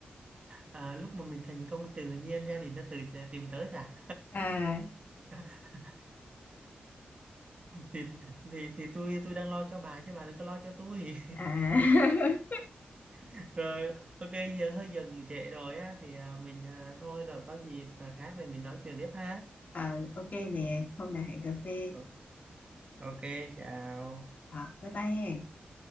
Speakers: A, on the right; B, on the left.
A: À, lúc mà mình thành công tự nhiên ra thì nó tự sẽ tìm tới à
B: à
A: <laughs> thì, thì thì tôi tôi đang lo cho bà chứ bà đừng có lo cho tôi
B: à <laughs>
A: <laughs> rồi ok giờ hơi giờ cũng trễ rồi á thì à, mình à, thôi rồi có dịp à, khác thì mình nói chuyện tiếp ha
B: Ờ, ok nè hôm nào hẹn cà phê
A: Ờ, ok chào
B: Ờ, bye bye ha